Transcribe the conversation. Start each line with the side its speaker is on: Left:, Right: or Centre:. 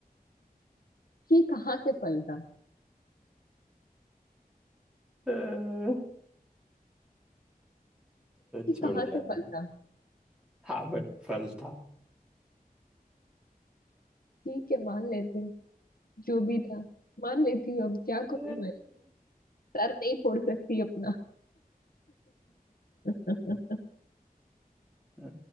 Left: ये कहाँ से फल था
Centre: अ, अ,
Left: ये
Centre: छोड़
Left: कहाँ
Centre: जाने
Left: से
Centre: दे
Left: फल था
Centre: हाँ बट फल था
Left: ठीक है मान लेते हैं। जो भी था मान लेती हूँ अब क्या
Centre: अ,
Left: करूं मैं सर नहीं फोड़ सकती अपना <laughs>
Centre: अ,